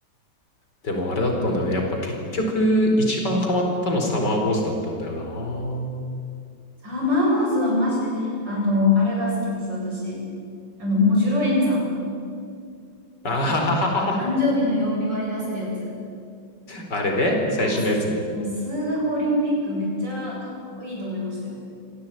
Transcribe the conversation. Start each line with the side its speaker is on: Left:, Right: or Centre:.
Left: でもあれだったんだよね。やっぱ結局、一番ハマったのサマーボーズだったんだよな。
Right: サーマーウォーズはマジで、あの、あれが好きです、私。あの、モジュロ演算。
Left: あはははは。
Right: 誕生日の曜日割り出せるやつ。
Left: あれね、最初のやつね。
Right: そう。もう数学オリンピックめっちゃかっこいいと思いましたよ。